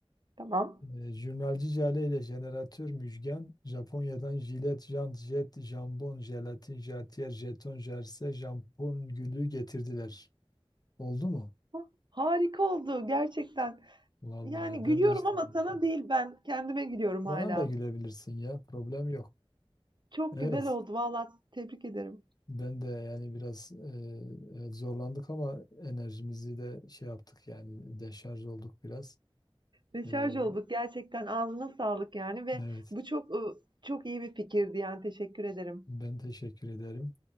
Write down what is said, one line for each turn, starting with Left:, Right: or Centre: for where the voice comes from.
Right: Tamam.
Left: Ee, Jurnalci Jale ile jeneratör Müjgan, Japonya'dan jilet, jant, jet, jambon, jelatin, jartiyer, jeton, jerse, jampon gülü getirdiler. Oldu mu?
Right: Hah, Harika oldu gerçekten.
Left: Vallahi
Right: Yani gülüyorum
Left: ben de hiç tahmin
Right: ama sana
Left: etmedim.
Right: değil ben kendime gülüyorum hala.
Left: Bana da gülebilirsin ya, problem yok.
Right: Çok
Left: Evet,
Right: güzel oldu valla tebrik ederim.
Left: ben de yani biraz e, evet, zorlandık ama enerjimizi de şey yaptık yani deşarj olduk biraz.
Right: Deşarj
Left: E,
Right: olduk gerçekten ağzına sağlık yani ve
Left: evet,
Right: bu çok ıı, çok iyi bir fikirdi yani teşekkür ederim.
Left: ben teşekkür ederim.